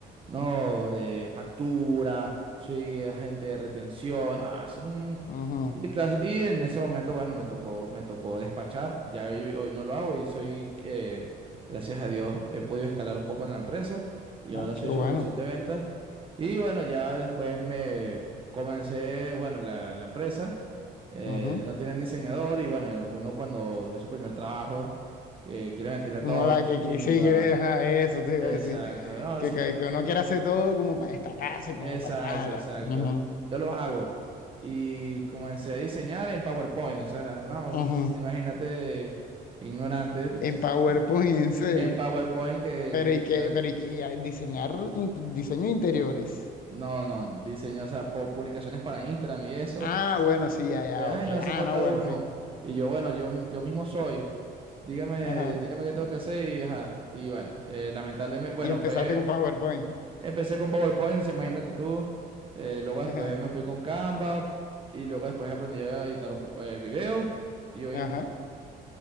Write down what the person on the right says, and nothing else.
no, eh, factura, soy agente de retención. No, eso es un.
Y, tras- y en ese momento, bueno, me tocó, me tocó despachar. Ya hoy, hoy no lo hago y soy, eh, gracias a Dios, he podido escalar un poco en la empresa y
ahora
soy
supervisor de ventas. Y bueno, ya después me comencé, bueno, la, la empresa. eh,
no tenían diseñador y bueno, uno cuando es su primer trabajo, eh, quiere meterle a
todo,
iniciativa.
Exacto.
No,
sí,
yo.
Exacto,
exacto.
Yo lo hago. Y comencé a diseñar en PowerPoint. O sea, no,
imagínate que ignorante
<laughs>
en PowerPoint que,
que,
que
sea-
no, no, diseño, o sea, pu- publicaciones para Instagram y eso.
Que, ay,
no hace
falta
uno.
Y yo, bueno, yo, yo mismo soy. Dígame,
dígame qué tengo que hacer y, ajá. Y bueno, eh, lamentablemente, bueno,
fue,
Empecé con PowerPoint, sí, imagínate tú. eh, luego después
me fui con Canva y luego después aprendí a editar un po- eh, videos. Y hoy
en día,